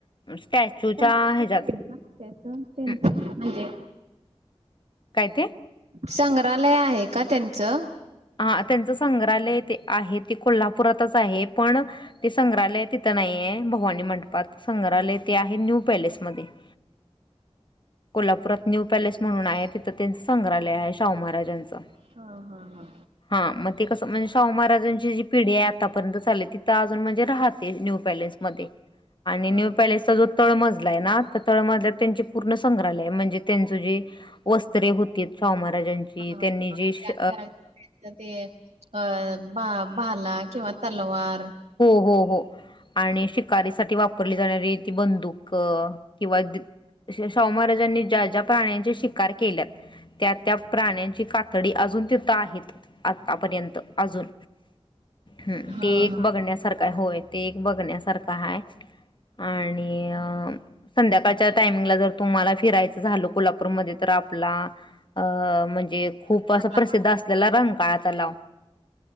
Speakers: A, on the left; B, on the right.
A: स्टॅच्यूच्या
B: संग्रहालय
A: ह्याच्यात
B: आहे ना त्याच तनच
A: हं,
B: म्हणजे
A: काय ते
B: संग्रहालय आहे का त्यांचं
A: हा त्यांचं संग्रहालय ते आहे ते कोल्हापुरातच आहे पण ते संग्रहालय तिथं नाही आहे भवानी म्हणटपात संग्रहालय ते आहे न्यू पॅलेसमध्येध्ये कोल्हापुरात न्यू पॅलेस म्हणून आहे तिथं त्यांच संग्रहालय आहे शाहू महाराजांचं.
B: हा हा हा
A: हा मग तेी कसं म्हणजे शाह महाराजांची जी पिढी आहे आतापर्यंत चालली तिथं अजून म्हणजे राहात. न्यू पॅलेसमध्ये आणि न्यू
B: हा
A: पॅलेस. जो तळमजला आहे ना त्या तळमजल्यात त्यां पूर्ण संग्रहालय म्हणजे त्यांच जे वस्त्रे होती शाहू महाराजांची
B: हा
A: त्यांनी
B: हा
A: जी
B: त्या
A: श
B: काळात त्यांचं ते अ बा भाला किंवा तलवार
A: हो हो हो आणि शिकारीसाठी वापरली जाणारी बंदुक किंवा शाहू महाराजांनी ज्या ज्या प्राण्यांचे शिकार. केल्या त्या त्या प्राण्यांची कातडी अजून तिथं आहेत. आतापर्यंत अजून हम
B: हां,
A: ते.
B: हां.
A: बघण्यासारखं आहे होय ते एक बघण्यासारखं आहे आणि संध्याकाळच्या टायमिंगला जर तुम्हाला फिरायचं झाल कोल्हापूरमध्ये तर आपला अ म्हणजे खूप अस
B: रस्त्याला
A: प्रसिद्ध असलेला रंकाळा तलाव.